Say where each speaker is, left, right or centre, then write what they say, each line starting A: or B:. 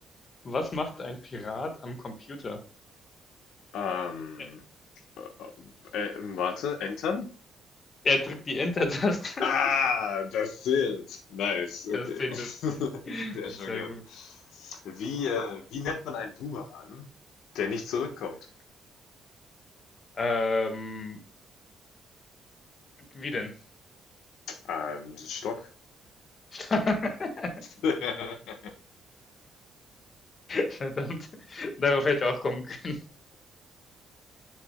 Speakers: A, on the left; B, on the left.
A: Was macht ein Pirat am Computer?
B: Ähm,
A: Er,
B: äh, äh, äh, warte, entern?
A: er drückt die Enter-Taste.
B: Ah,
A: <laughs>
B: das zählt. Nice, okay.
A: Das zählt,
B: <laughs>
A: das zählt.
B: Der ist
A: Sehr
B: schon gehört.
A: gut.
B: Wie, äh, wie nennt man einen Boomerang, der nicht zurückkommt?
A: Ähm, wie denn?
B: Ähm, Stock?
A: <laughs>
B: <laughs>
A: Verdammt. Darauf hätte ich auch kommen können.